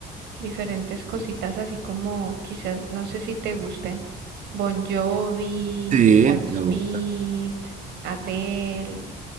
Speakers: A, on the right; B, on the right.
A: diferentes cositas así como quizás, no sé si te gusten, Bon Jovi,
B: Sí,
A: Aerosmith,
B: me gusta.
A: Adele.